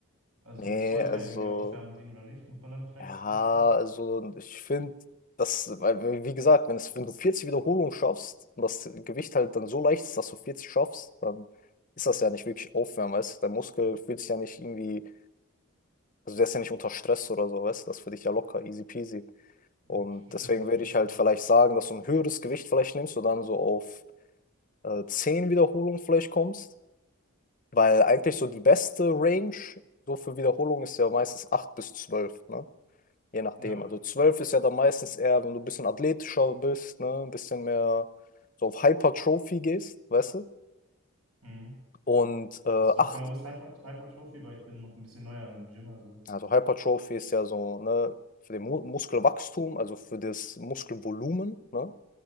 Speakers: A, on the right; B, on the left.
A: Also
B: Nee,
A: es sollte
B: also,
A: ja irgendwie aufwärmen dienen oder nicht? Muss man dann nicht leichtes
B: ja,
A: Gewicht machen?
B: also ich finde, das, weil, wie gesagt, wenn es, wenn du 40 Wiederholungen schaffst und das Gewicht halt dann so leicht ist, dass du 40 schaffst, dann ist das ja nicht wirklich Aufwärmen, weißt du? Dein Muskel fühlt sich ja nicht irgendwie, also der ist ja nicht unter Stress oder so, weißt du? Das ist für dich ja locker, easy peasy.
A: Ja,
B: Und
A: ich verstehe,
B: deswegen
A: was du
B: würde
A: ganz
B: ich halt
A: genau meinst.
B: vielleicht sagen, dass du ein höheres Gewicht vielleicht nimmst und dann so auf äh, 10 Wiederholungen vielleicht kommst. Weil eigentlich so die beste Range so für Wiederholungen ist ja meistens 8 bis 12, ne? Je nachdem.
A: Ja.
B: Also 12 ist ja dann meistens eher, wenn du ein bisschen athletischer bist, ne? Ein bisschen mehr so auf Hypertrophie gehst, weißt du?
A: Mhm.
B: Und äh, 8,
A: Was, was genau ist Hyper, Hypertrophie? Weil ich bin noch ein bisschen neuer im Gym, also
B: also Hypertrophie ist ja so, ne? Für den Mu Muskelwachstum, also für das Muskelvolumen, ne?